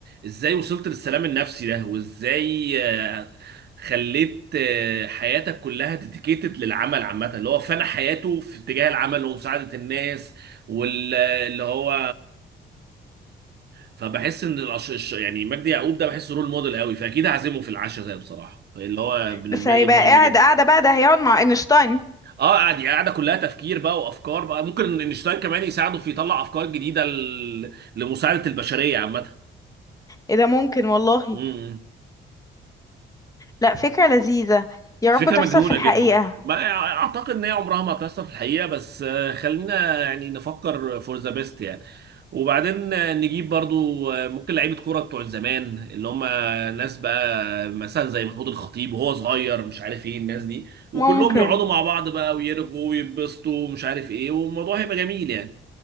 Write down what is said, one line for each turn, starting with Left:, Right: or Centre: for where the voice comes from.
Right: ازاي وصلت للسلام النفسي ده وازاي آه، خليت آه، حياتك كلها ديديكيتد للعمل عامه اللي هو فنى حياته في اتجاه العمل ومساعده الناس واللي هو فبحس ان الأش... الش- يعني مجدي يعقوب ده بحسه رول موديل قوي فاكيد هعزمه في العشاء ده بصراحه اللي هو بالنسبه
Left: بس هيبقى
Right: لي مهم
Left: قاعد
Right: جدا
Left: قاعدة بقى ده هيقعد مع اينشتاين
Right: اه قاعد يعني قاعده كلها تفكير بقى وافكار بقى ممكن انشتاين كمان يساعده في يطلع افكار جديده ل... لمساعده البشريه عامه
Left: ايه ده ممكن والله
Right: إمم، إمم.
Left: لا فكرة لذيذة يا
Right: فكرة
Left: رب تحصل
Right: مجنونة
Left: في الحقيقة
Right: جدا ما اعتقد ان هي عمرها ما هتحصل في الحقيقة بس آه، خلينا يعني نفكر فور ذا بيست يعني وبعدين آه، نجيب برضو آه، ممكن لعيبة كورة بتوع زمان اللي هم ناس بقى مثلا زي محمود الخطيب وهو صغير مش عارف ايه الناس دي وكلهم
Left: ممكن
Right: يقعدوا مع بعض بقى ويرغوا ويتبسطوا ومش عارف ايه والموضوع هيبقى جميل يعني